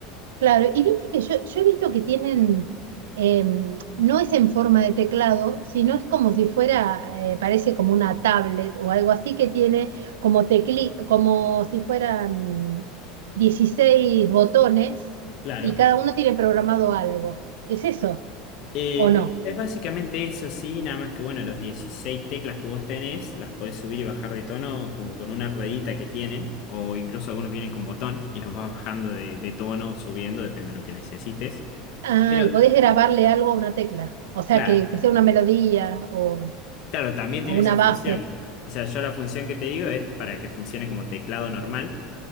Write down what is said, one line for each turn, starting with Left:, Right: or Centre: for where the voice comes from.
Right: Claro, y viste que yo, yo he visto que tienen, em, no es en forma de teclado, sino es como si fuera, eh, parece como una tablet o algo así que tiene como tecli, como si fueran 16 botones
Left: Claro.
Right: y cada uno tiene programado algo. ¿Es eso
Left: Eh,
Right: o no?
Left: es es básicamente eso, sí, nada más que bueno, los 16 teclas que vos tenés las podés subir y bajar de tono como con una ruedita que tienen, o incluso algunos vienen con botón y los vas bajando de, de tono o subiendo, depende de lo que necesites.
Right: Ah,
Left: Pero
Right: y podés grabarle algo a una tecla, o sea,
Left: claro,
Right: que, que sea una melodía o,
Left: claro, también
Right: o
Left: tiene
Right: una
Left: esa función.
Right: base,
Left: O sea, yo la función que te digo es para que funcione como teclado normal,